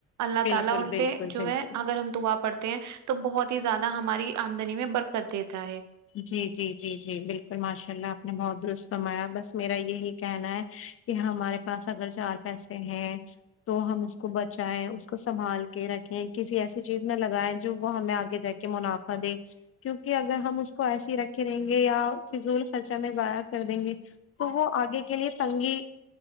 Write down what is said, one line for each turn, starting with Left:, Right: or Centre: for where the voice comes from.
Right: اللہ
Left: بالکل
Right: تعالی ان
Left: بالکل
Right: پہ جو
Left: بالکل
Right: ہے اگر ہم دعا پڑھتے ہیں تو بہت ہی زیادہ ہماری امدنی میں برکت دیتا ہے
Left: جی جی جی جی بالکل ماشاء اللہ اپ نے بہت درست فرمایا بس میرا یہی کہنا ہے کہ ہمارے پاس اگر چار پیسے ہیں تو ہم اس کو بچائے اس کو سنبھال کے رکھیں کسی ایسی چیز میں لگائیں جو وہ ہمیں اگے جا کے منافع دے کیونکہ اگر ہم اس کو ایس ہی رکھے رہیں گے یا فضول خرچہ میں ضائع کر دیں گے تو وہ اگے کے لیے تنگی